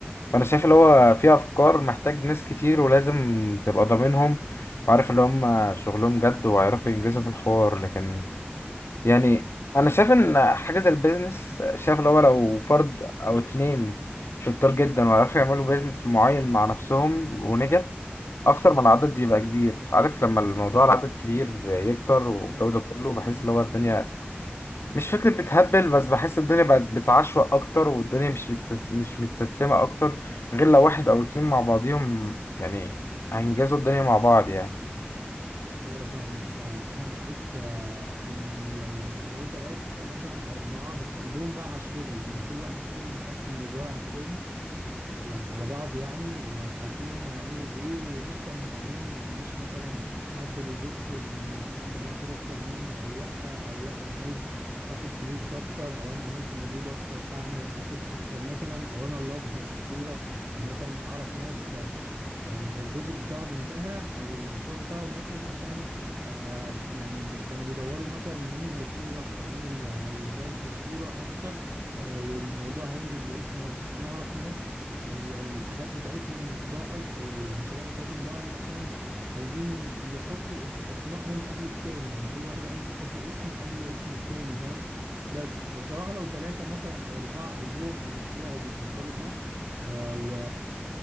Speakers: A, on the left; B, on the right.
A: فانا شايف اللي هو في افكار محتاج ناس كتير ولازم تبقى ضامنهم وعارف اللي هم شغلهم جد وهيعرفوا ينجزوا في الحوار لكن يعني انا شايف ان حاجه زي البيزنس شايف اللي هو لو فرد او اتنين شطار جدا وعرفوا يعملوا بيزنس معين مع نفسهم ونجح اكتر من العدد يبقى كبير عارف لما الموضوع العدد كبير يكتر والجو
B: اه
A: ده كله بحس اللي هو الدنيا مش فكرة بتهبل بس بحس الدنيا بقت بتعشوق أكتر والدنيا مش متس... مش متسمة أكتر غير لو واحد أو اتنين مع بعضيهم يعني هينجزوا الدنيا مع بعض يعني
B: ايوه فاهمك آه، انا بحس آه، انه لو لو ثلاثة مثلا او اربعة بس قلبهم بقى على الشغل هما كل واحد فيهم مقسم الادوار على التاني يعني على بعض يعني وعارفين هم هيعملوا ايه ومش طماعين يعني مش مثلا حد بيبص انه حد هياخد اكتر منه او لا او لا انا عايز اخد فلوس اكتر او انا عملت مجهود اكتر فاعمل فاخد اكتر مثلا او انا اللي اظهر في الصورة يعني مثلا اعرف ناس ال- البروجكت بتاعهم انتهى او المشروع بتاعهم وقف عشان آه، يعني بي- كانوا بيدوروا مثلا انه مين هيتشهر اكتر مين اللي هيبان في الصورة اكتر آه، والموضوع هينزل باسمه اكتر انا اعرف ناس ال- الحاجات بتاعتهم ضاعت او المشاريع بتاعتهم ضاعت عشان عايزين يحطوا اس- اسمائهم قبل التاني يعني كل واحد عايز يحط اسمه قبل اسم التاني فاهم بس فبصراحة لو ثلاثة مثلا او اربعة قلبهم على المشروع وبيفكروا صح آه، و